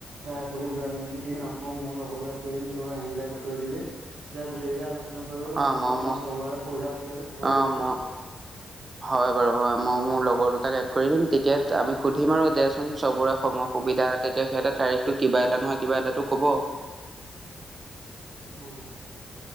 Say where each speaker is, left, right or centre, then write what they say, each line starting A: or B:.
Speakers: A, on the right; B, on the right.
A: এ <unintelligible> দিম আকৌ মোৰ লগৰক এড কৰিম তই সেহতকেইটাক <unintelligible> কৰি দিবি তেতিয়া গোটেই কেইটা আলোচ না কৰিব পাৰিম
B: অ মই
A: মানে
B: ম
A: চবৰে সুবিধা অসুবিধাটো চাব লাগিব
B: অ
A: যে।
B: ম হয় বাৰু হয় মই মোৰ লগৰ দুটাক এড কৰি দিম তেতিয়া আমি সুধিম আৰু দেচোন চবৰে সময় সুবিধা তেতিয়া সিহঁতে তাৰিখটো কিবা এটা নহয় কিবা এটাটো ক'ব।
A: উম।